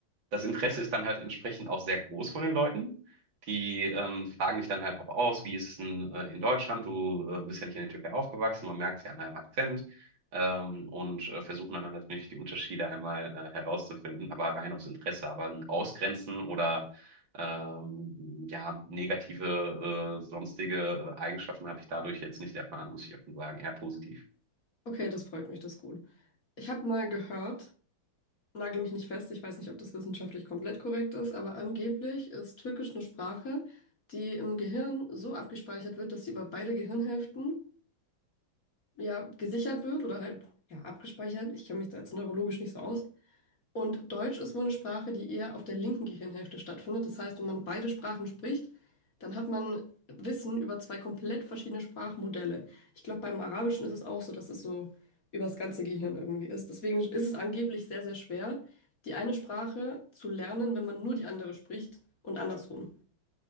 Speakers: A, on the right; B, on the left.
A: das Interesse ist dann halt entsprechend auch sehr groß von den Leuten. Die ähm, fragen dich dann halt auch aus, wie ist es denn äh, in Deutschland? Du äh, bist ja nicht in der Türkei aufgewachsen, man merkt es ja an deinem Akzent. Ähm, und äh, versuchen dann natürlich die Unterschiede einmal äh, herauszufinden, aber rein aus Interesse, aber ein Ausgrenzen oder ähm, ja, negative äh, sonstige äh, Eigenschaften habe ich dadurch jetzt nicht erfahren, muss ich offen sagen. Eher positiv.
B: Okay, das freut mich, das ist gut. Ich habe mal gehört, Nagel mich nicht fest, ich weiß nicht, ob das wissenschaftlich komplett korrekt ist, aber angeblich ist Türkisch eine Sprache, die im Gehirn so abgespeichert wird, dass sie über beide Gehirnhälften ja gesichert wird oder halt ja abgespeichert. Ich kenne mich da jetzt neurologisch nicht so aus, und Deutsch ist wohl eine Sprache, die eher auf der linken Gehirnhälfte stattfindet. Das heißt, wenn man beide Sprachen spricht, dann hat man Wissen über zwei komplett verschiedene Sprachmodelle. Ich glaube, beim Arabischen ist es auch so, dass es so über das ganze Gehirn irgendwie ist. Deswegen ist es angeblich sehr, sehr schwer, die eine Sprache zu lernen, wenn man nur die andere spricht und andersrum.